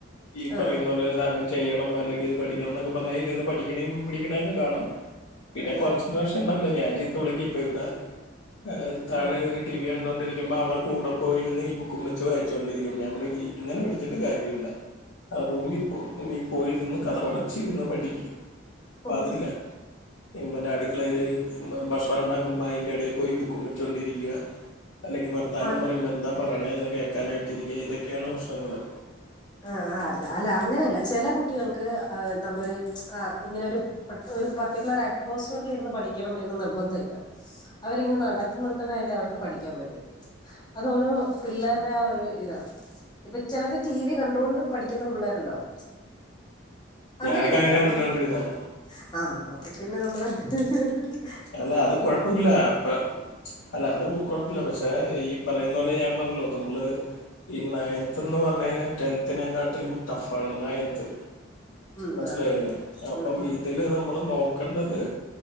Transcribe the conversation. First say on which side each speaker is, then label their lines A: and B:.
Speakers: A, on the left (about 80°); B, on the left (about 20°).
A: ഈ
B: ആ
A: പറയുന്ന
B: ആ ആ
A: പോലെ ഒരു സാനം ചെയ്യണം അല്ലെങ്കിൽ ഇത് പഠിക്കണം എന്നൊക്കെ പറഞ്ഞാൽ ഇത പഠിക്കണെങ്കിൽ ഇമ്മിണി പിന്നങ്ങ് കാണാം പിന്നെ
B: ആ
A: കോൺസെൻട്രേഷൻ ഇണ്ടാവില്ല ഞാൻ ചീത്ത വിളിക്കും ഇപ്പോ ഇവിട ഏ താഴെ
B: ആ
A: അവര് ടി വി കണ്ടോണ്ടിരിക്ക്‌ ക്കുമ്പം അവിടെ കൂടെ പോയിരുന്ന് ഈ ബുക്കും വെച്ച് വായിച്ചൊണ്ടിരിക്കും ഞാൻ പറയും ഇങ്ങനെ പിടിച്ചിട്ട് കാര്യോല്ല ആ റൂമീ പോ റൂമിൽ പോയിരുന്ന് കഥവടച്ച് ഇരുന്ന് പഠിക്ക്‌ പ്പൊ
B: ആ ആ
A: അതില്ല മ് മറ്റേ അടുക്കളയില് ഭക്ഷണം ഇണ്ടാക്കുമ്പോ അയിൻ്റെ ഇടയിൽ പോയി ബുക്കും വെച്ചുകൊണ്ടിരിക്കുക അല്ലെങ്കിൽ വർത്താനം
B: ആ,
A: പറയുമ്പോ എന്താ പറയണന്ന് കേൾക്കാനായിട്ടിരിക്കയ ഇതൊക്കെയാണ് പ്രശ്നങ്ങള്
B: ആഹ് ആ അല്ല അല്ല അങ്ങനെയല്ല ചില കുട്ടികൾക്ക് അ നമ്മൊരു മ്ച്ച് ആ ഇങ്ങനെ ഒരു പർട്ട് ഒരു പർട്ടിക്കുലാർ അറ്റ്മോസ്ഫിയറിൽ ഇരുന്ന് പഠിക്കണം എന്ന് നിർബന്ധ ഇല്ല അവരിങ്ങനെ നടക്കുന്നട്ടരായാലും അവർക്ക് പഠിക്കാൻ പറ്റും മ്ച്ച് അതോരോ പിള്ളാരുടെ ആ ഒരു ഇതാ ഇപ്പൊ ചിലത് ടി വി കണ്ടുകൊണ്ട് പഠിക്കുന്ന പിള്ളാരുണ്ടാവും അങ്ങനെയുണ്ട്
A: ഞാനൊക്കെ അങ്ങനെ
B: അത്
A: പഠിച്ചുകൊണ്ടിരുന്നത്
B: നമ്മള് ആ അപ്പൊ പിന്നെ നമ്മള് ഹ് ഹ് ഹ് ഹ്
A: അല്ല അത് കൊഴപ്പൂല്ലാ അപ്പ മ്ച്ച് അല്ല അത് കൊഴ് അല്ല പക്ഷെ ഈ പറയുന്ന പോലെ ഞാൻ പറഞ്ഞല്ലോ നമ്മള് ഈ നയൻത് എന്ന് പറഞ്ഞ് കഴിഞ്ഞാൽ ടെൻതിനെ കാട്ടിലും ടഫ് ആണ് നയൻത്
B: ഉം
A: മനസിലായില്ലേ
B: ആണാണ്
A: അപ്പം
B: ഉം
A: ഇതില് നമ്മള് നോക്കണ്ടത്